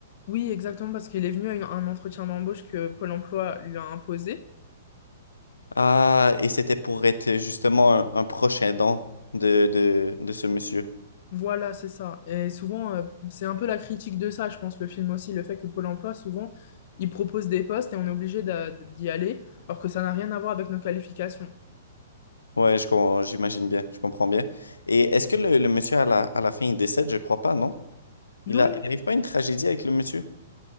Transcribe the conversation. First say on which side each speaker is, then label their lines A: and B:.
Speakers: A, on the left; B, on the left.
A: Oui, exactement, parce qu'il est venu à une- un entretien d'embauche que Pôle emploi lui a imposé.
B: Ah, et c'était pour être justement un, un proche aidant de, de, de ce monsieur.
A: Voilà, c'est ça. Et souvent, euh, c'est un peu la critique de ça, je pense, le film aussi, le fait que Pôle emploi, souvent, il propose des postes et on est obligé d'a- d'y aller, alors que ça n'a rien à voir avec nos qualifications.
B: Ouais, je com- j'imagine bien, je comprends bien. Et est-ce que le, le monsieur à la, à la fin il décède? Je crois pas, non? Il
A: Non,
B: a,
A: non,
B: il arrive pas une tragédie avec le monsieur?